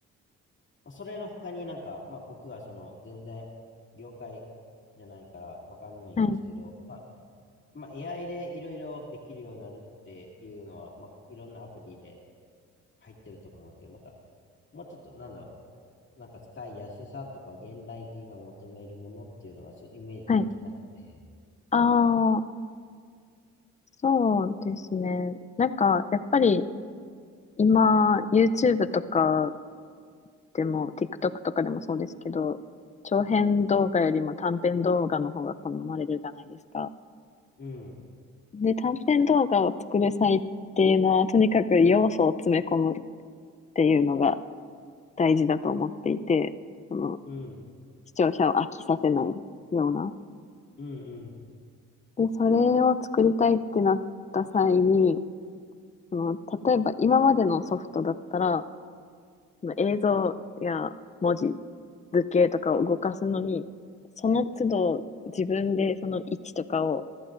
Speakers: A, on the left; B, on the left.
A: まあ、それの他になんか、まあ、僕がその、全然、業界じゃないからわかんないんですけど、
B: はい。
A: まあ、まあ、AI でいろいろできるようになるっていうのは、まあ、いろんなアプリで入ってると思うんですけど、なんか、もうちょっと、なんだろう、なんか使いやすさとか、現代人が求めるものっていうのがちょっとイメージできなくて。
B: はい。ああ、そうですね。なんか、やっぱり、今、YouTube とかでも、TikTok とかでもそうですけど、長編動画よりも短編動画の方が好まれるじゃないですか。
A: うん、
B: で、短編動画を作る際っていうのは、とにかく要素を詰め込むっていうのが大事だと思っていて、その、
A: うん、
B: 視聴者を飽きさせないような。
A: うん、うん、
B: で、それを作りたいってなった際に、その、例えば今までのソフトだったら、その映像や文字図形とかを動かすのに、その都度自分でその位置とかを